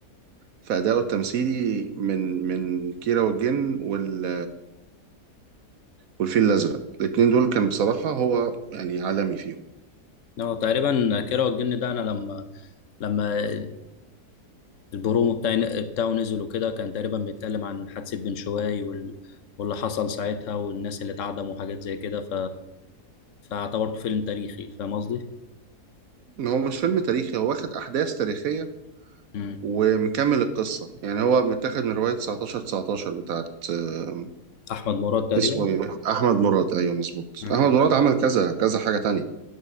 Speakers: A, on the right; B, on the left.
A: في ادائه التمثيلي من من كيرة والجن وال... والفيل الازرق الاتنين دول كان بصراحه هو يعني عالمي فيهم
B: اه تقريبا كيرة والجن ده انا لما لما البرومو بتاع بتاعه نزل وكده كان تقريبا بيتكلم عن حادثة بن شوي وال... واللي حصل ساعتها والناس اللي اتعدموا وحاجات زي كده ف... فاعتبرته فيلم تاريخي فاهم قصدي؟
A: ان هو مش فيلم تاريخي هو واخد احداث تاريخيه
B: مم.
A: ومكمل القصه يعني هو متاخد من روايه 19 19 بتاعت آه،
B: أحمد مراد تقريبا
A: اسمه إيه؟ احمد مراد ايوه مظبوط
B: مم.
A: احمد مراد عمل كذا كذا حاجه تانية